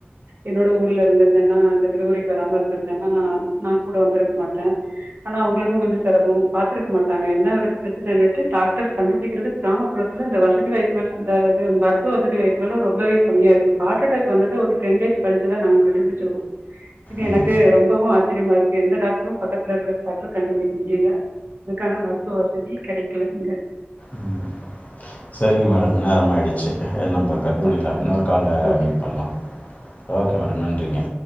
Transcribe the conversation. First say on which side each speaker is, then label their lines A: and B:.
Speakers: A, on the right; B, on the left.
A: என்னோட ஊர்ல இருந்திருந்தேன்னா இந்த விடுமுறைக்கு வராம இருந்திருந்தேன்னா நா கூட வந்திருக்க மாட்டே ஆனா அவ்ங்களுக்கு கொஞ்சோ சிரமோ பாத் துருக்க மாட்டாங்க என்ன ஒரு பிரச்சனங்காட்டு டாக்டர்ஸ் கண்டுபுடிக்கிறதே கிராமப்புறத்தில இந்த வசதி வாய்ப் புல்ல அந்த இது மருத்துவ வசதி வாய்ப்புகல்லா ரொம்பவே கம்மியா இருக்கு ஹார்ட் அட்டாக் வந்தது ஒரு டென் டேஸ் கழிச்சிதா நாங்க கண்டுபிடிச்சிருகோ இது
B: ம்,
A: எனக்கு ரொம்பவு ஆச்சரியமா இருக்கு எந்த டாக்டரு பக்கத்துல இருக்க டாக்டர் கண்டுபுடிக்க முடியல அதுக்கான மருத்துவ வசதி கெடைக்கல இங்க
B: ம் செரிங்க மேடம் நேரம் ஆயிடுச்சு நம்ப கட்
A: ம்
B: பண்ணிடலா இன்னொரு கால்ல
A: ஓகே
B: மீட் பண்ணலா ஓகே மேடம் நன்றிங்க